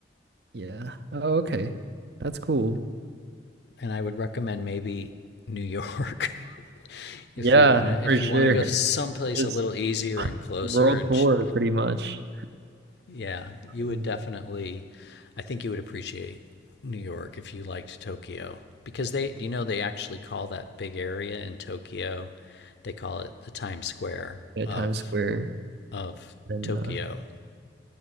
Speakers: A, on the right; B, on the left.
A: yeah. Oh, okay. That's cool.
B: And I would recommend maybe New York <laughs> if
A: Yeah,
B: you want to
A: for
B: if
A: sure.
B: you want to go someplace
A: <laughs> Just
B: a little easier and closer
A: world
B: and
A: tour
B: ch-
A: pretty much.
B: Yeah, you would
A: Um,
B: definitely. I think you would appreciate New York if you liked Tokyo because they, you know, they actually call that big area in Tokyo, they call it the Times Square
A: yeah,
B: of
A: Times Square.
B: of
A: Then
B: Tokyo
A: uh